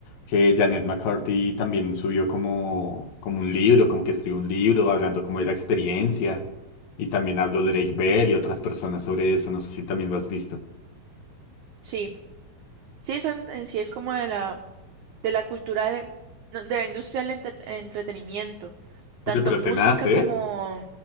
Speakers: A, on the left; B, on the right.
A: que Janet McCarthy también subió como, como un libro, como que escribió un libro hablando como de la experiencia. Y también habló Drake Bell y otras personas sobre eso, no sé si también lo has visto.
B: Sí, sí, eso en, en sí es como de la de la cultura del- no, de la industria del ente- entretenimiento, tanto
A: Oye, pero
B: música
A: tenaz, ¿eh?
B: como,